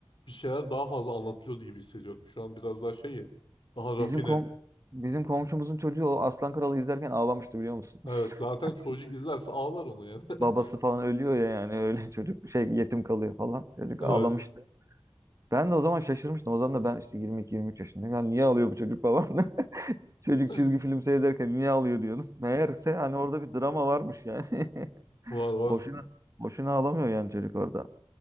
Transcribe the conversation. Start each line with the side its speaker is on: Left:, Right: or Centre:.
Left: bir şeyler daha fazla anlatılıyordu gibi hissediyorum. Şu an biraz daha şey ya. Daha rafine.
Right: Bizim kom bizim komşumuzun çocuğu o Aslan Kralı izlerken ağlamıştı biliyor musun?
Left: Evet. Zaten
Right: <laughs>
Left: çocuk izlerse ağlar onu yani.
Right: babası
Left: <laughs>
Right: falan ölüyor ya yani öyle <laughs> çocuk şey yetim kalıyor falan. Çocuk
Left: Evet.
Right: ağlamıştı. Ben de o zaman şaşırmıştım. O zaman da ben işte 22-23 yaşındayım. Yani niye ağlıyor bu çocuk babam? <laughs> Çocuk
Left: <laughs>
Right: çizgi film seyrederken niye ağlıyor diyordum. <laughs> Meğerse hani orada bir drama varmış yani. <laughs>
Left: Var var.
Right: Boşuna boşuna ağlamıyor yani çocuk orada.